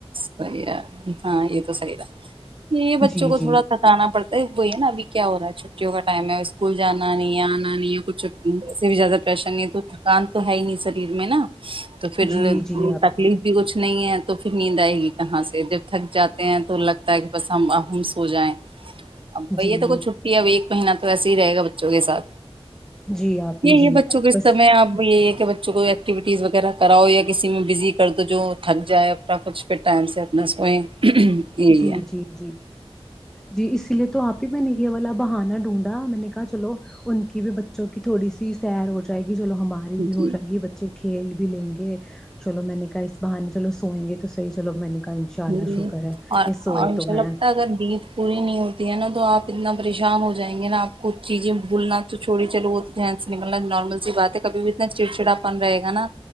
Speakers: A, on the right (about 60°); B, in the centre.
A: سحی ہے ہاں یہ تو صحی ہےا یہ بچوں
B: جی
A: کو تھوڑا
B: جی
A: ستانا پڑتا ہے وہی ہے نا ابھی کیا ہو رہا ہے چھٹیوں کا ٹائم ہے اسکول جانا نہیں آنا نہیں یا کچھ سے بھی زیادہ پریشن نہیں ہے تو تھکان تو ہے ہی نہیں شریر میں نا تو پھر
B: جی جی آپ
A: تکلیف
B: ہی
A: بھی کچھ نہیں ہے تو پھر نیند آئے گی کہاں سے جب تھک جاتے ہیں تو لگتا ہے کہ بس ہم سو جائ اب بھ
B: جی
A: یہ تو کچ چھٹی ہے اب ایک مہینہ تو ایسے ہی رہے گا بچوں کے سھ
B: جی آپ
A: یہی
B: ہی جی
A: ہے بچوں کے استمے
B: بس
A: اب یہ بچوں کوئی ایکٹیوٹیز وغیرہ کراؤ یا کسی میں بزی کر دو جو تھک جائے اپنا کچھ پھر ٹائم سے اپنا سوئیں یہی
B: جی
A: ہے
B: جی جی جی اسی لیے تو آپ میں نے کیا بلا بہانا ڈھونڈا میں نے کہا چلو ان کی بھی بچوں کی تھوڑی سی سیر ہو جائے گی ی چلو ہماری بھی ہو
A: جی
B: جائے گی بچے کھیل لیں گے چلو میں نے کا اس بہانے چلو سوئ گے تو صحی چلو میں نے کا ان شاء اللہ
A: جی
B: شکر ہے
A: اور
B: یہ سوئے
A: ان
B: تو
A: شاء
B: ہیں
A: اللہ پت اگر جید پوری نہیں ہوتی ہے نا تو آپ اتنا پریشان ہو جائیں گے نا آپ کو چیزیں بھولنا تو چھوڑی چلو وہ ن سے نکلنا نارمل سی بات ہے کبھی بھی اتنا چڑچڑاپن رہے گا نا